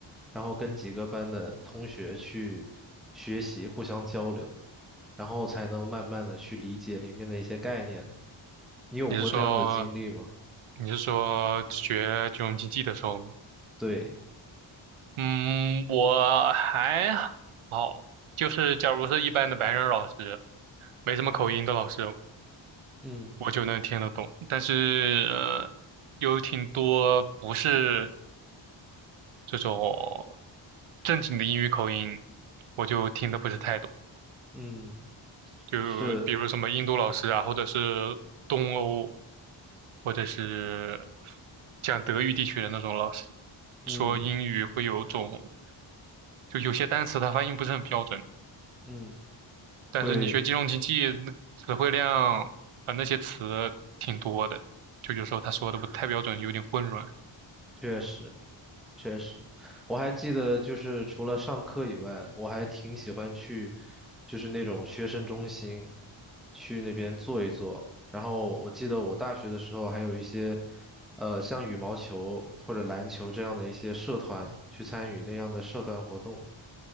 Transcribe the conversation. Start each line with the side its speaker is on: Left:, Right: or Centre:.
Centre: 然后跟几个班的同学去学习，互相交流，然后才能慢慢的去理解里面的一些概念。你有过这样的经历吗？
Right: 你是说你是说学金融经济的时候吗？
Centre: 对，
Right: 嗯，我还好，就是假如是一般的白人老师，没什么口音的老师，
Centre: 嗯
Right: 我就能听得懂。但是，呃有挺多不是这种正经的英语口音，我就听得不是太懂。
Centre: 嗯，
Right: 就比如什么印度老师啊，
Centre: 是，
Right: 或者是东欧，或者是讲德语地区的那种老师，
Centre: 嗯
Right: 说英语会有种，就有些单词它发音不是很标准。
Centre: 嗯。
Right: 但是你学金融经济，
Centre: 会。
Right: 那词汇量啊，呃那些词挺多的，就有时候他说的不太标准，有点混乱。
Centre: 确实，确实，我还记得，就是除了上课以外，我还挺喜欢去，就是那种学生中心，去那边坐一坐。然后我记得我大学的时候还有一些，呃，像羽毛球或者篮球这样的一些社团，去参与那样的社团活动。